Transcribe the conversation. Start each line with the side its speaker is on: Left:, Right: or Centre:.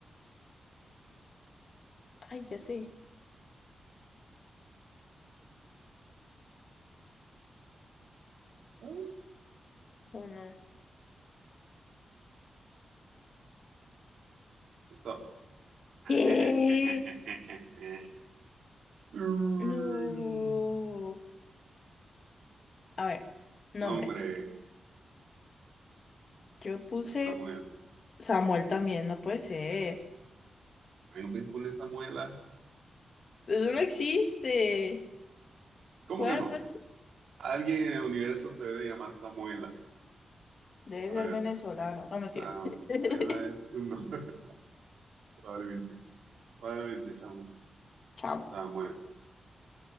Left: Ay, ya sé.
Right: Ay,
Left: Uno.
Right: Stop. <laughs>
Left: ¿Qué?
Right: Mm.
Left: No. A ver, nombre.
Right: No, hombre,
Left: Yo puse
Right: Samuel.
Left: Samuel también, no puede ser.
Right: Ay, no puedes poner Samuela.
Left: Eso no existe.
Right: ¿Cómo
Left: Bueno,
Right: que no?
Left: pues
Right: Alguien en el universo se debe llamar Samuela.
Left: debe
Right: A
Left: ser
Right: ver,
Left: venezolano. No, mentira.
Right: Samuela
Left: <laughs>
Right: es tu nombre, <laughs> probablemente. Probablemente, chamo.
Left: Chamo.
Right: Estaba muerta.